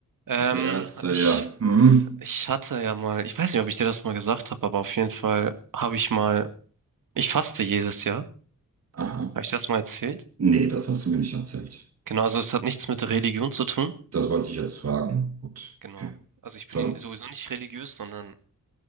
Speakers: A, on the right; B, on the right.
A: Ähm,
B: Also Ärzte,
A: ich,
B: ja. Hm.
A: ich hatte ja mal, ich weiß nicht, ob ich dir das mal gesagt habe, aber auf jeden Fall habe ich mal, ich faste jedes Jahr.
B: Aha.
A: Habe ich das mal erzählt?
B: Nee, das hast du mir nicht erzählt.
A: Genau, also es hat nichts mit Religion zu tun.
B: Das wollte ich jetzt fragen. Gut.
A: Genau. Also ich bin
B: Sondern
A: ja sowieso nicht religiös, sondern